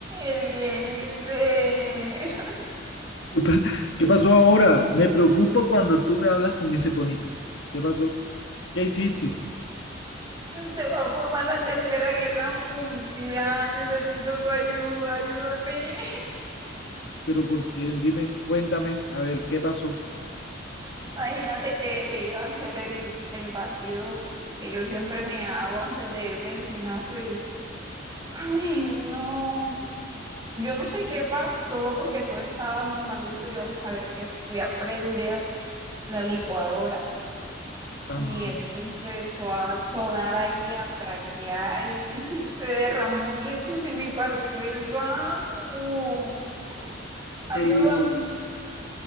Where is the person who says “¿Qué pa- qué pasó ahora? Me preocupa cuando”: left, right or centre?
Left